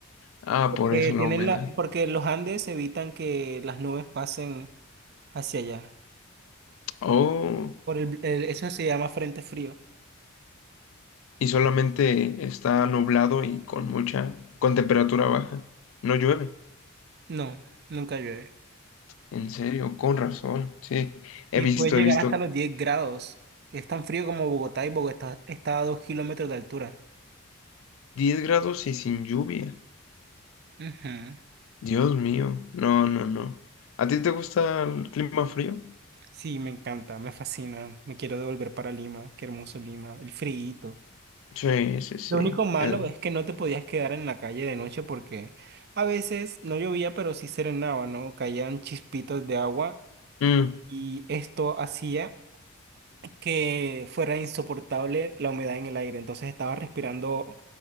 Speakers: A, on the left; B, on the right.
A: Ah,
B: Porque
A: por eso
B: tienen
A: la humedad.
B: la, porque los Andes evitan que las nubes pasen hacia allá.
A: Oh,
B: Por el, el- eso se llama frente frío.
A: y solamente está nublado y con mucha, con temperatura baja. No llueve.
B: No, nunca llueve.
A: En serio, con razón. Sí, he
B: Y
A: visto,
B: puede llegar
A: he visto
B: hasta los 10 grados. Es tan frío como Bogotá y Bogotá está a 2 kilómetros de altura.
A: diez grados y sin lluvia.
B: Ujú.
A: Dios mío, no, no, no. ¿A ti te gusta el clima frío?
B: Sí, me encanta, me fascina. Me quiero devolver para Lima. Qué hermoso Lima. El friíto.
A: Sí, sí, sí.
B: Lo único malo
A: El-
B: es que no te podías quedar en la calle de noche porque a veces no llovía, pero sí serenaba, ¿no? Caían chispitos de agua
A: mm,
B: y esto hacía que fuera insoportable la humedad en el aire. Entonces estaba respirando